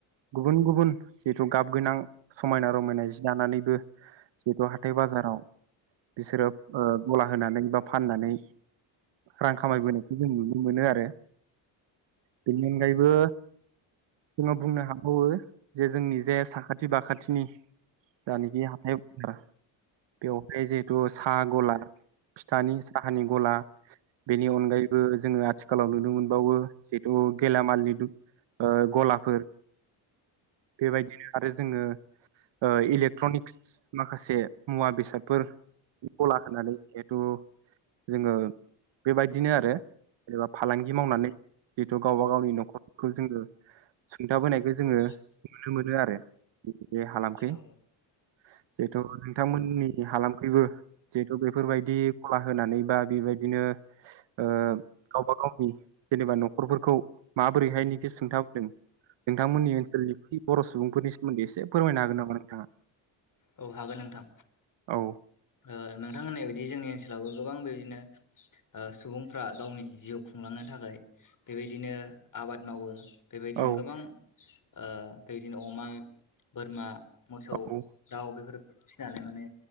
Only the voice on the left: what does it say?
औ औ
औ
औ हागोन नोंथां
ओ नोंथां होननाय बायदि जोंनि ओन सोलावबो गोबां बेदिनो ओ सुबुंफ्रा गावनि जिउ खुंलांनो थाखाय बेबायदिनो आबाद मावो बेबायदिनो
गोबां ओ बेबादिनो अमा बोरमा मोसौ
दाउ बेफोर फिसिनानै माने